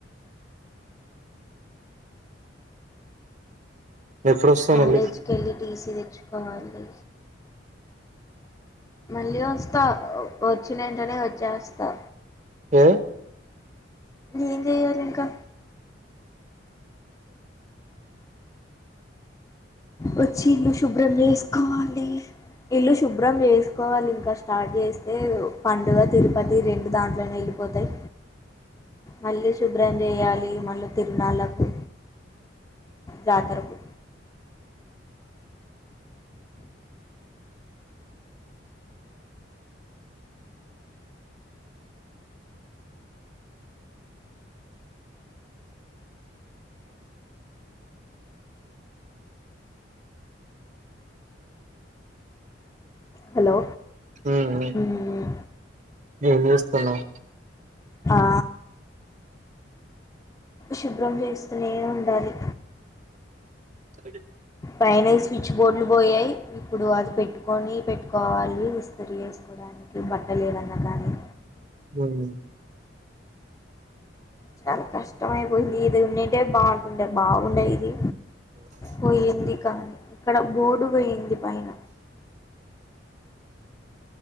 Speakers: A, on the right; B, on the left.
A: ఎప్పుడొస్తావ్
B: కాలేజ్కి
A: మళ్ళీ
B: వెళ్ళి టీసీ తెచ్చు కోవాలీ మళ్ళీ వస్తా వచ్చిన ఏంటనే వచ్చేస్తా
A: ఏ
B: ఏం చేయాలి ఇంకా వచ్చి ఇల్లు శుభ్రం చేసుకోవాలి. ఇల్లు శుభ్రం చేసుకోవాలి. ఇంకా స్టార్ట్ చేస్తే పండుగ తిరుపతి రెండు దాంట్లనే ఏళ్ళిపోతాయి. మళ్ళీ భ్రం చేయాలి మళ్ళీ తిరునాళ్ళకు జాతరకు హలో
A: ఉమ్ ఉమ్
B: హ్
A: ఏం జేస్తున్నావ్
B: ఆ శుభ్రం చేస్తూనే ఉండాలి.
A: సాటర్డే
B: పైన ఈ స్విచ్ బోర్డులు పోయాయి. ఇప్పుడు అది పెట్టుకొని పెట్టుకోవాలి ఇస్త్రీ చేసుకోవడానికి బట్టలేదన్న గాని
A: ఉమ్
B: చాల కష్టమైపోయింది ఉన్నుంటే బాగుంటుండే బావ్ ఉండే ఇది పొయ్యింది కానీ ఇక్కడ బోర్డు పొయ్యింది పైన